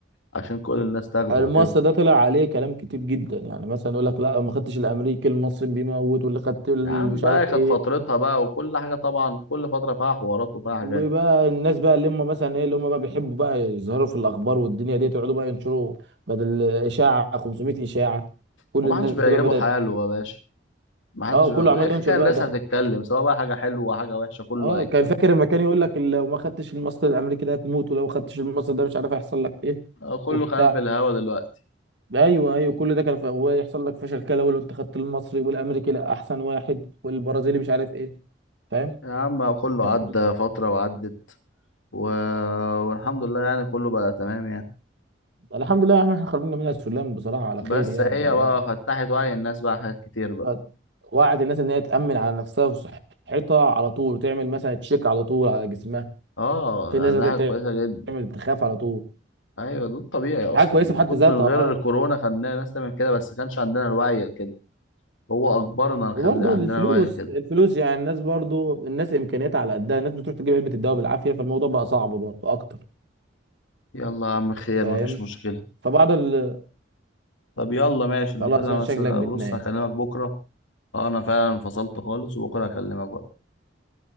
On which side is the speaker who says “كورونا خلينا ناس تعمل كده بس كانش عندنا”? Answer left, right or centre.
Left